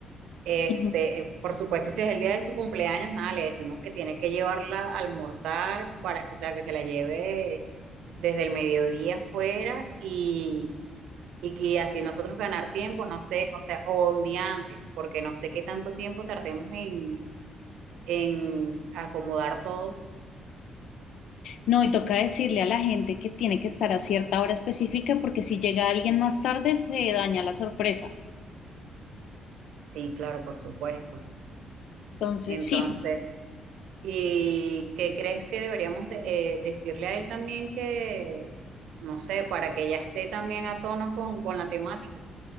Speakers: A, on the right (about 80°); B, on the left (about 75°).
A: Este,
B: Ujú.
A: eh, por supuesto, si es el día de su cumpleaños, nada, le decimos que tiene que llevarla a almorzar para, o sea, que se la lleve desde el mediodía afuera y, y que así nosotros ganar tiempo, no sé, o sea, o un día antes, porque no sé qué tanto tiempo tardemos en, en acomodar todo.
B: No, y toca decirle a la gente que tiene que estar a cierta hora específica porque si llega alguien más tarde se daña la sorpresa.
A: Sí, claro, por supuesto.
B: Entonces,
A: Entonces,
B: sí,
A: ¿y qué crees que deberíamos de- eh, decirle a él también que, no sé, para que ya esté también a tono con, con la temática,